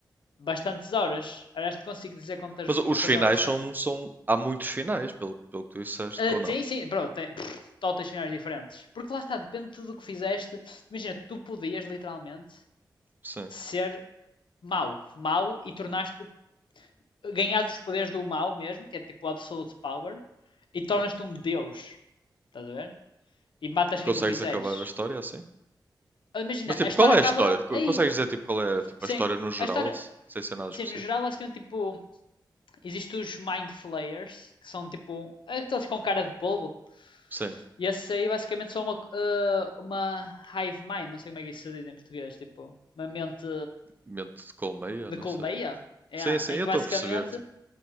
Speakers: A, on the left (about 85°); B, on the right (about 25°).
A: bastantes horas. Aliás, te consigo dizer quantas,
B: Mas os
A: quantas
B: finais
A: horas tem.
B: são, são... Há muitos finais, pelo, pelo que tu disseste,
A: Ah,
B: ou não?
A: sim, sim, bro, tem pff, totas finais diferentes. Porque lá está, depende de tudo o que fizeste. Imagina, tu podias literalmente
B: Sim.
A: ser mau, mau e tornaste, ganhaste os poderes do mau mesmo, que é tipo absolute power, e tornas-te
B: ok.
A: um deus, estás a ver? E matas
B: E
A: quem
B: consegues
A: tu quiseres.
B: acabar a história é assim?
A: Imagina,
B: Mas tipo,
A: a história
B: qual é
A: acaba
B: a história? Co-
A: aí.
B: Consegues dizer tipo qual é tipo,
A: Sim,
B: a história no geral,
A: a história,
B: se- sem ser nada
A: sim,
B: específico?
A: no geral, basicamente, tipo, Existem os Mind Flayers, que são tipo aqueles com cara de polvo.
B: Sim.
A: E esses aí basicamente são uma, eh, uma hive mind, não sei como é que isso se diz em português, tipo, uma mente
B: Mente de colmeia,
A: de
B: não
A: colmeia,
B: sei.
A: é,
B: Sim, sim,
A: em
B: eu
A: que
B: estou
A: basicamente
B: a perceber. Tipo,